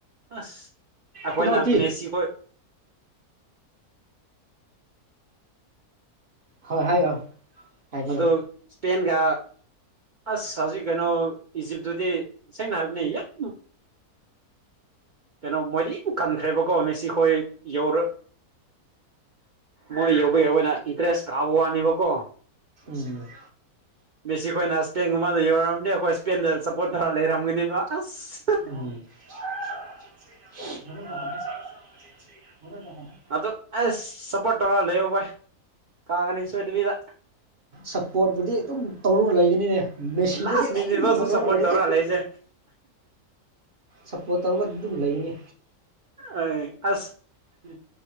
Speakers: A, on the right (about 70°); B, on the right (about 40°).
A: ꯑꯁ ꯑꯩꯈꯣꯏꯅ
B: ꯄꯤꯅꯥꯜꯇꯤ
A: ꯃꯦꯁꯤꯈꯣꯏ
B: ꯍꯣꯏ ꯍꯥꯏꯌꯣ ꯍꯥꯏꯕꯤꯌꯣ
A: ꯑꯗꯨ ꯏꯁꯄꯦꯟꯒ ꯑꯁ ꯍꯧꯖꯤꯛ ꯀꯩꯅꯣ ꯏꯖꯤꯞꯇꯨꯗꯤ ꯁꯦꯡꯅ ꯍꯥꯏꯕꯅꯦ ꯌꯥꯝ ꯀꯩꯅꯣ ꯃꯣꯏꯗꯤ ꯀꯟꯈ꯭ꯔꯦꯕꯀꯣ ꯃꯦꯁꯤ ꯈꯣꯏ ꯌꯥꯎꯔꯛ ꯃꯣꯏ ꯌꯧꯕ ꯌꯥꯎꯌꯦꯅ ꯏꯟꯇꯔꯦꯁ ꯀꯥꯕ ꯋꯥꯅꯦꯕꯀꯣ
B: ꯎꯝ
A: ꯃꯦꯁꯤ ꯈꯣꯏꯅ ꯁꯄꯦꯟ ꯒꯨꯝꯕꯗ ꯌꯧꯔꯝꯅꯤ ꯑꯩꯈꯣꯏ ꯁꯄꯦꯟꯗ ꯁꯞꯄꯣꯔꯠ ꯇꯧꯔ ꯂꯩꯔꯝꯒꯅꯤꯕ ꯑꯁ
B: ꯎꯝ <unintelligible>
A: ꯑꯗꯨ ꯑꯦꯁ ꯁꯞꯄꯣꯔꯠ ꯇꯧꯔꯒ ꯂꯩꯌꯣ ꯚꯥꯏ ꯀꯥꯒꯅꯤ ꯁꯣꯏꯗꯕꯤꯗ
B: ꯁꯞꯄꯣꯔꯠꯄꯨꯗꯤ ꯑꯗꯨꯝ ꯇꯧꯔꯒ ꯂꯩꯒꯅꯤꯅꯦ ꯃꯦꯁꯤꯗꯗꯤ
A: ꯂꯥꯁ
B: ꯑꯗꯨꯝ
A: ꯃꯤꯅꯤꯠꯐꯥꯎꯁꯨ
B: ꯁꯞꯄꯣꯔꯠ ꯇꯧꯔꯒ ꯂꯩꯔꯦ
A: ꯇꯧꯔ ꯂꯩꯁꯦ
B: ꯁꯞꯄꯣꯔꯠ ꯇꯧꯔꯒꯗꯤ ꯑꯗꯨꯝ ꯂꯩꯒꯅꯤ
A: ꯑꯩ ꯑꯁ
B: <unintelligible>